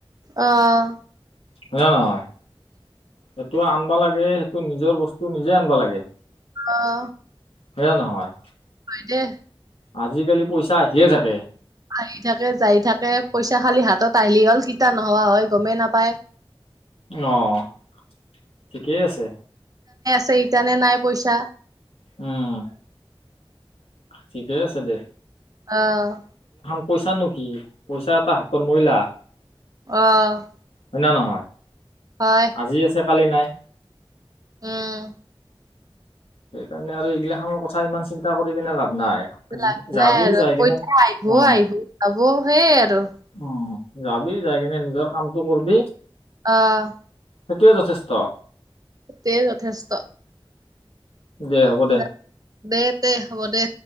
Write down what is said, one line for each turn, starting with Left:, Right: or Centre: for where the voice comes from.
Right: অহ।
Left: হয় ন নহয়, সেইটো আনব লাগে, সেইটো নিজৰ বস্তু নিজে আনব লাগে।
Right: অ।
Left: হয়না-নহয়?
Right: হয় দে।
Left: আজিকালি পইচা আহিয়ে থাকে।
Right: আহি থাকে, যায় থাকে, পইচা খালি হাতত আহিলি হ'ল। কেতিয়া নহোৱা হয়, গমে নাপায়।
Left: অ', ঠিকেই আছে।
Right: ছে এই তানে নাই পইচা।
Left: উম। ঠিকে আছে দে।
Right: অ'।
Left: পইচা নো কি? পইচা এটা হাতৰ ময়লা।
Right: অ'।
Left: হয় না নহয়?
Right: হয়,
Left: আজি আছে, কালি নাই।
Right: উম।
Left: সেইকাৰণে আৰু এইগিলাখনৰ কথা ইমান চিন্তা কৰিকেনে লাভ নাই
Right: লাভ
Left: যাবি
Right: নাই আৰু।
Left: যাই কেনে
Right: পইচা আহিব-আহিব,
Left: অ
Right: যাব সেয়ে আৰু্
Left: অ যাবি, যাই কেনে নিজৰ কামটো কৰবি।
Right: অ'।
Left: সেইটোৱে যথেষ্ট।
Right: তে যথেষ্ট।
Left: দে হ'ব দে
Right: য- দে তে। হ'ব দে।